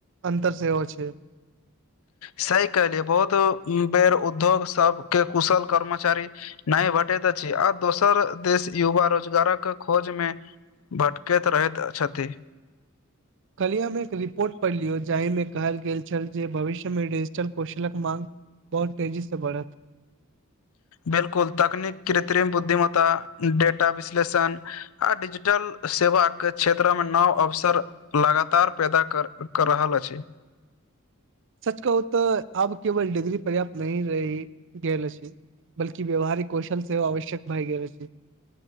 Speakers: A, on the right (about 60°); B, on the left (about 75°).
A: अन्तर सेहो छै
B: सही कहलियै बहुत बेर उद्योग सबके कुशल कर्मचारी नै भटैत अछि आ दोसर देश युवा रोजगारक खोज मे भटकैत रहैत छथी
A: कलिया मे एक रिपोर्ट पढ़ि लियौ जाहि मे कहल गेल छल जे भविष्य मे डिजिटल कौशलक माँग बहुत तेजी से बढ़त
B: बिलकुल तकनीक कृत्रिम बुद्धिमता डेटा विश्लेषण आ डिजिटल सेवा के क्षेत्र मे नव अवसर लगातार पैदा कर कर रहल अछि
A: सच कहू त आब केवल डिग्री पर्याप्त नही रहि गेल छी बल्कि व्यवहारिक कौशल सेवा आवश्यक भए गेल छै